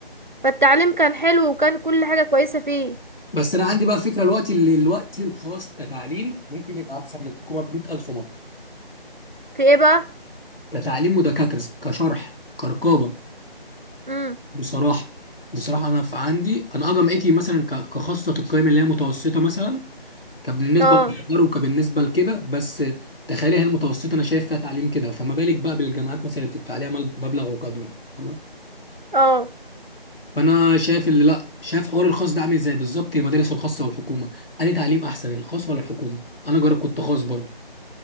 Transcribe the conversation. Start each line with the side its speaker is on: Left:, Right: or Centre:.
Right: فالتعليم كان حلو وكان كل حاجة كويسة فيه
Left: بس انا عندي بقى فكره الوقت اللي الوقت الخاص كتعليم ممكن يبقى احسن من الحكومه ب 100000 مره
Right: في ايه بقى؟
Left: كتعليم ودكاتره كشرح كرقابه
Right: امم
Left: بصراحة بصراحة أنا في عندي أنا أه جامعتي مثلا ك- كخاصة القيم اللي هي متوسطة مثلا كبالنسبة
Right: اه
Left: للإحضار وكبالنسبة لكده بس تخيلي هي المتوسطة أنا شايف فيها تعليم كده فما بالك بقى بالجامعات مثلا اللي بتدفع عليها مل- مبلغ وقدره يعني، تمام
Right: اه
Left: فأنا شايف اللي لأ شايف حوار الخاص ده عامل إزاي بالظبط المدارس الخاصة والحكومة أنهي تعليم أحسن الخاص ولا الحكومة أنا جرب كنت خاص برضه